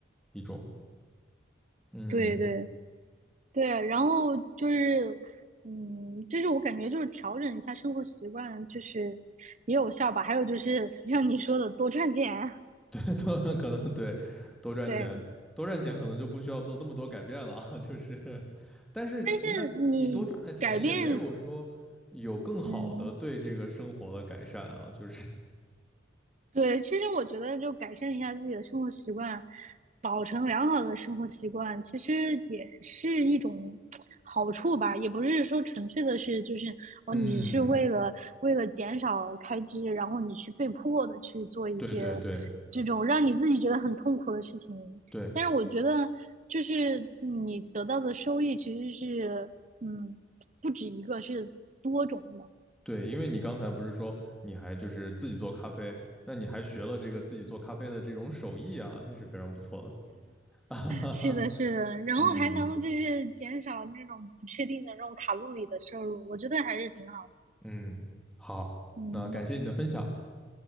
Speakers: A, in the centre; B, on the right (about 40°).
A: 一种，嗯。
B: 对对对，然后就是，嗯，就是我感觉就是调整一下生活习惯，就是也有效吧。还有就是像你说的，多赚钱。<laughs>
A: 对，多 <laughs> 可能对，多赚钱，
B: 对，
A: 多赚钱可能就不需要做那么多改变了啊，就是，<laughs> 但是那你多赚的钱也没有说有更好的对这个生活的改善啊，
B: 但是你改变，嗯，
A: 就是
B: 对，其实我觉得就改善一下自己的生活习惯，保持良好的生活习惯，其实也是一种好处吧。也不是说纯粹的是就是哦，
A: <laughs>，嗯，
B: 你是为了为了减少开支，然后你去被迫的去做一些
A: 对对对
B: 这种让你自己觉得很痛苦的事情。
A: 对
B: 但是我觉得，就是你得到的收益其实是嗯，不止一个，是多种的。
A: 对，因为你刚才不是说你还就是自己做咖啡，那你还学了这个自己做咖啡的这种手艺啊，也是非常不错的，<laughs> 啊哈哈，
B: 是的，是的，然后还能就是减少那种不确定的这种卡路里的摄入，
A: 嗯
B: 我觉得还是挺好。
A: 嗯，好，
B: 嗯
A: 那感谢你的分享，